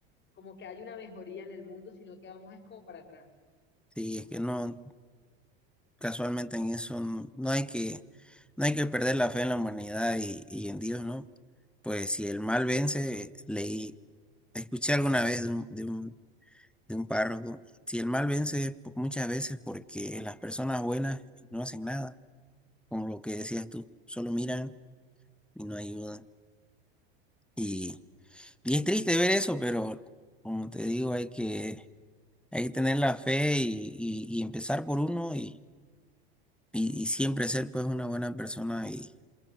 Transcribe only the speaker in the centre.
Sí, es que no. casualmente en eso n- no hay que, no hay que perder la fe en la humanidad y, y en Dios, ¿no? Pues si el mal vence, leí, escuché alguna vez de un, de un, de un párroco, si el mal vence po- muchas veces porque las personas buenas no hacen nada, como lo que decías tú, solo miran y no ayudan. Y, y es triste ver eso, pero como te digo, hay que, hay que tener la fe y, y- y empezar por uno y, y y siempre ser pues una buena persona y